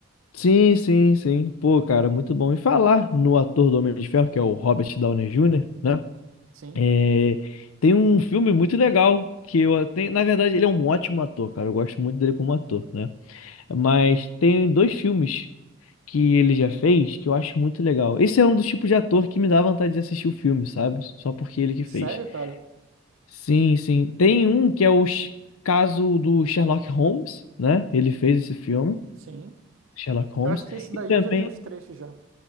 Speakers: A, on the left (about 75°); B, on the right (about 65°).
A: Sim, sim, sim. Pô, cara, muito bom. E falar no ator do Homem de Ferro, que é o Robert Downey Jr., né?
B: Sim.
A: É, tem um filme muito legal que eu tenho. Na verdade, ele é um ótimo ator, cara. Eu gosto muito dele como ator, né? Mas tem dois filmes que ele já fez que eu acho muito legal. Esse é um dos tipos de ator que me dá vontade de assistir o filme, sabe? Só porque ele que
B: Sério,
A: fez.
B: cara?
A: Sim, sim. Tem um que é o Sh- caso do Sherlock Holmes, né? Ele fez esse filme,
B: Sim.
A: Sherlock Holmes.
B: Eu acho que esse
A: E
B: daí
A: também
B: eu já vi uns trechos já.